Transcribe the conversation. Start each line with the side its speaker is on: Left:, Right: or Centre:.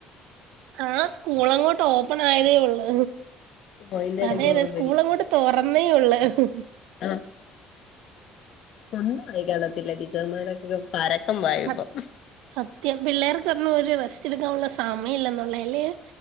Right: ആ സ്കൂൾ അങ്ങോട്ട് ഓപ്പൺ ആയതേ ഉള്ളൂ
Left: ഓ അയിന്റെ ഇടയ്ക്ക്
Right: അതെ അതെ
Left: ഓണം
Right: സ്കൂള അങ്ങോട്ട്. തൊറന്നേ ഉള്ളൂ ഇഹ്.
Left: ആ ഒന്നും ആയി കാണത്തില്ല ടീച്ചർമാരൊക്ക. പരക്കം പായുപ്പൊ.
Right: സ- സത്യം പിള്ളേർക്കൊന്നൊരു റെസ്റ്റ് എടുക്കാനുള്ള സമയംല്ലന്നുള്ളേയാ അല്ലേയൊ.